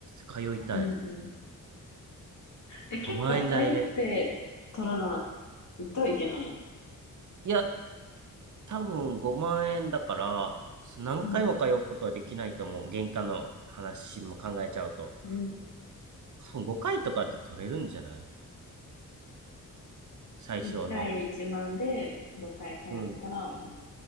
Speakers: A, on the right; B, on the left.
A: 通いたい。
B: うんうん。え、結構通って取らな
A: 5万円台で。
B: いといけない。
A: いや、多分5万円だから、何回も通うことはできないと思う。
B: うん。
A: 原価の話も考えちゃうと。
B: うん。
A: 多分5回とかで取れるんじゃない最初の。
B: 1回1万で5回通ったら、
A: うん。
B: もう